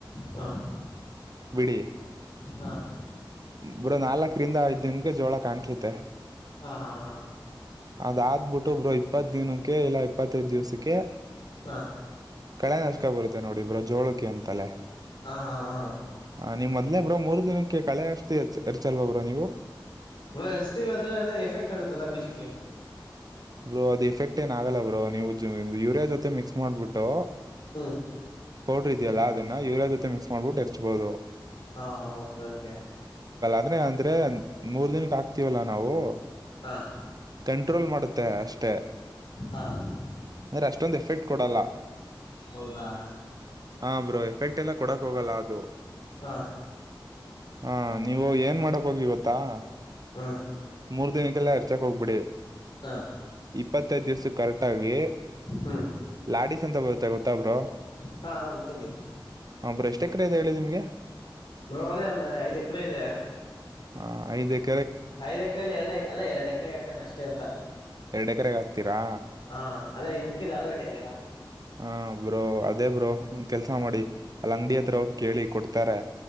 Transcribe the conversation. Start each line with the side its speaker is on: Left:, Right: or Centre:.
Left: ಹಾಂ
Right: ಬಿಡಿ
Left: ಹಾಂ
Right: ಬರೋ ನಾಲ್ಕ ಕ್ರಿಂದ ವ್ದನಕ್ಕೆ ಜೋಳ ಕಾಣಿಸುತ್ತೆ
Left: ಹಾಂ ಹಾಂ ಹಾಂ
Right: ಅದಾದ್ಬಿಟ್ಟು ಒಬ್ರು ಇಪ್ಪತ್ ದಿನಕ್ಕೆ ಇಲ್ಲಾ ಇಪ್ಪತ್ತೈದ್ ದಿವ್ಸಕ್ಕೆ
Left: ಕಹ
Right: ಕಳೆ ನಶಕ ಬರುತ್ತೆ ನೋಡಿ ಇಬ್್ರ ಜೋಳಕಿ ಅಂತಲೆೇ
Left: ಹಾ ಹಾ
Right: ಹಾಂ ನೀವು ಮೊದಲೇ ಬ್ರೋ ಮೂರು ದಿನಕ್ಕೆಳೆ ಅಾತಿ ಎಚ್ಚ ಎರಚಲ್ವಾ ಬ್ರೋ ನೀವು
Left: ಬ್ರ ಎಸ್ತೀವಿ ಆದ್ರೆ ಅದೇ ಎಫೆಕ್ಟ್ ಆಗುತ್ತಲ್ಲಾ ಬೀಜಕ್ಕೆ
Right: ಬ್ರೋ ಅದ್ ಇಫೆಕ್ಟ್ ಏನ ಆಗಲ್ಲ ಬ್ರೋ ನೀವು ಯುರಿಯಾ ಜೊತೆ ಮಿಕ್ಸ್ ಮಾಡ್ಬಿಟ್ಟು
Left: <unintelligible> ಹೂ
Right: ಪೌಡ್ರ ಇದೆಯಲ್ಲ ಅದನ್ನ ಯೂರಿಯಾ ಜೊತೆ ಮಿಕ್ಸ್ ಮಾಡ್ಬಿಟ್ಟು ಎರ್ಚಬಹುದು.
Left: ಹಾ ಹ ಓಕೆ ಓಕೆ
Right: ಅದನ್ನೇ ಅಂದ್ರೆ ಮೂರ್ ದಿನಕ್ಕ ಆಕ್ತಿವಲ್ಲಾ ನಾವು
Left: ಹಾಂ
Right: ಕಂಟ್ರೋಲ್ ಮಾಡುತ್ತೆ ಅಷ್ಟೆ
Left: ಹಾಂ
Right: ಅಂದ್ರೆ ಅಷ್ಟೊಂದು ಎಫೆಕ್ಟ್ ಕೊಡಲ್ಲ
Left: ಹೌದಾ
Right: ಹ ಬ್ರೋ ಎಫೆಕ್ಟ್ ಎಲ್ಲ ಕೊಡಕ್ ಹೋಗಲ್ಲ ಅದು
Left: ಹಾಂ
Right: ಹ ನೀವು ಏನ್ ಮಾಡಕ್ ಹೋಗಿ ಇವತ್ತು <unintelligible>
Left: ಹ
Right: ಮೂರು ದಿನಕ್ಕೆಲ್ಲ ಅರ್ಚಕ್ ಹೋಗ್ಬಿಡಿ.
Left: ಹಾ
Right: ಇಪ್ಪತ್ತೈದು ದಿವ್ಸ ಕರೆಕ್ಟ್ ಆಗಿ
Left: ಹ್ಞೂ
Right: ಲಾಡಿಸ್ ಅಂತ ಬರುತ್ತೆ ಗೊತ್ತಾ ಬ್ರೋ
Left: ಹಾಂ ಗೊತ್ತೇಳಿ
Right: ಹ ಬ್ರೊ ಎಷ್ಟ ಎಕರೆ ಇದೆ ಹೇಳಿ ನಿಮ್ಗೆ
Left: ಬ್ರೋ ಅದೇ ಒಂದ್ ಐದ್ ಎಕರೆ ಇದೆ
Right: ಹಾ ಐದ <unintelligible>
Left: ಐದ್ ಎಕರೆೆಯಲ್ಲಿ ಎರಡ ಅಲ್ಲ ಎರಡು ಎಕರೆಗೆ ಹಾಕಣ ಅಷ್ಟೇ ಅಂತ.
Right: ಎರಡ್ ಎಕರೆಗೆ ಹಾಕ್ತೀರಾ
Left: ಹಾ ಅದೇ ಇನ್ ಮಿಕ್ಕಿದ ಆಲೂಗಡ್ಡೆ ಇದೆಯಲ್ಲ.
Right: ಹ ಬ್ರೋ ಅದೇ ಬ್ರೋ ಒಂದ್ ಕೆಲ್ಸ ಮಾಡಿ ಅಲ್ಲಿ ಅಂಗಡಿ ಹತ್ರ ಹೋಗಿ ಕೇಳಿ ಕೊಡ್ತಾರೆ.